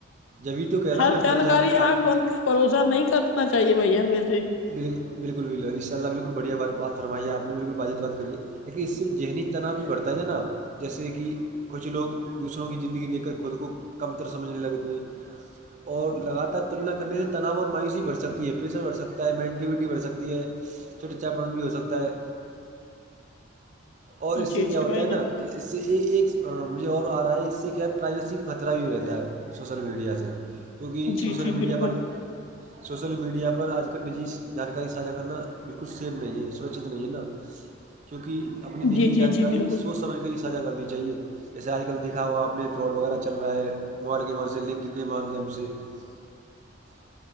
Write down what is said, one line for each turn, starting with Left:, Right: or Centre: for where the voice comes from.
Right: جبھی تو کہہ رہا
Left: ہر
Right: ہوں میں
Left: جانکاری
Right: جان ہر-
Left: آنکھ بند کرکے بھروسہ نہیں کرنا چاہیے بھیا ویسے
Right: بل بالکل بل ان شاء اللہ بالکل بڑھیا بات فرمائی آپ نے بالکل واجب بات کری ہے لیکن اس سے ذہنی تناو بھی بڑھتا ہے جناب جیسے کہ کچھ لوگ دوسروں کی زندگی لے کر خود کو کم تر سمجھنے لگتے ہیں اور لگاتار تلنا کرنے سے تناؤ اور مایوسی بڑھ سکتی ہے پریشر بھڑ سکتا ہے سکتا ہے مینٹیوٹی بڑھ سکتی ہے چھڑ چھڑا پن بھی ہو سکتا ہے اور
Left: جی
Right: اس سے کیا
Left: جی
Right: ہوتا
Left: بھائی
Right: ہے نا
Left: جان
Right: اس سے ایک ایک مجھے اور آ رہا ہے اس سے کیا ہے پرائیویسی کا خطرہ بھی رہتا ہے سوشل میڈیا سے کیونکہ
Left: جی
Right: سوشل
Left: جی
Right: میڈیا
Left: بالکل
Right: پر سوشل میڈیا پر آج کل نجی جانکاری ساجھا کرنا بالکل سیف نہیں ہے اس سرکشت نہیں ہے نا کیونکہ اپنی
Left: جی
Right: نجی جانکاری
Left: جی جی بالکل
Right: سوچ سمجھ کے ہی ساجھا کرنی چاہیے جیسے آج کل دکھاوا اپنے فراڈ وغیرہ چل رہا ہے موبائل کے اور سے لنک کے مادھیم سے <unintelligible>